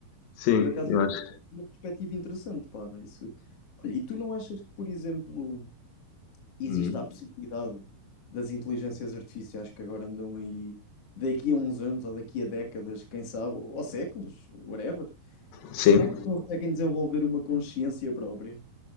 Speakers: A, on the left; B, on the left.
A: Sim,
B: Por acaso,
A: eu
B: isso
A: acho.
B: é uma perspectiva interessante, para isso. Olha, e tu não achas que, por exemplo, existe
A: Hum.
B: a possibilidade das inteligências artificiais que agora andam aí daqui a uns anos ou daqui a décadas, quem sabe, ou séculos, whatever?
A: Sim,
B: Será que conseguem desenvolver uma consciência própria? O